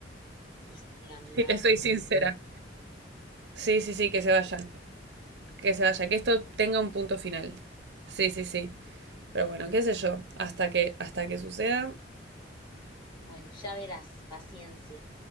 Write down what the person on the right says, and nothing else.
si te soy sincera. Sí, sí, sí, que
se vaya, que se vaya, que esto tenga un punto final. Sí, sí, sí. Pero bueno, qué sé yo, hasta que, hasta que suceda,